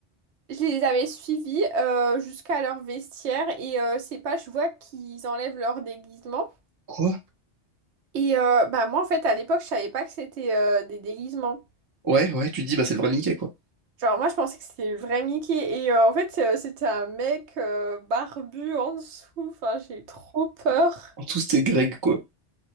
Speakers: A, on the right; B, on the right.
A: Je les avais suivis euh, jusqu'à leur vestiaire et euh, c'est pas, je vois qu'ils enlèvent leur déguisement.
B: Quoi?
A: Et euh, bah moi en fait à l'époque je savais pas que c'était euh, des déguisements.
B: Ouais, ouais, tu te dis, bah c'est le vrai Mickey, quoi.
A: Genre moi je pensais que c'était le vrai Mickey et euh, en fait euh, c'était un mec euh, barbu en dessous. Enfin j'ai eu trop peur.
B: En tout, c'était Greg, quoi.